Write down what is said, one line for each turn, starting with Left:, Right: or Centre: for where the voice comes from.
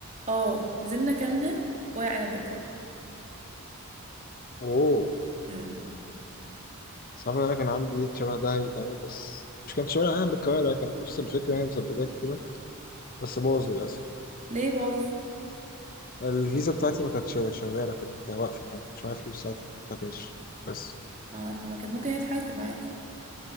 Right: اه نزلنا كلنا ورق عنب بالكوارع
Left: اوه
Right: أمم.
Left: صعب ان انا كان عندي ليد شبه ده هيتعمل بس مش كان شبه انا بالكوارع كان نفس الفكره يعني مسبجات وكده بس باظ للاسف
Right: ليه باظ
Left: الفيزا بتاعتي ما كانتش شغاله كانت واقفه فما كانش معايا فلوس ساعتها كاش بس
Right: اه طب ما كانت ممكن هي تحاسب عادي